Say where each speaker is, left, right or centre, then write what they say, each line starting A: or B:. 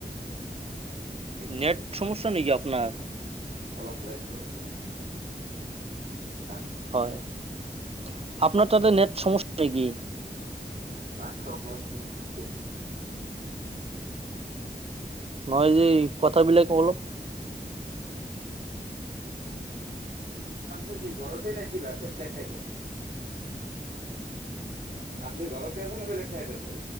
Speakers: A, on the right; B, on the right.
A: নেট সমস্যা নেকি আপোনাৰ।
B: অলপ <unintelligible> <unintelligible>
A: হয় আপোনাৰ তাতে নেট সমস্যা নেকি?
B: <unintelligible>
A: হয় যে কথাবিলাক অলপ
B: আপুনি কি ঘৰতেই নে কিবা বেলেগ ঠাইত আছে? আপুনি ঘৰতে আছে নে বেলেগ ঠাইত আছে?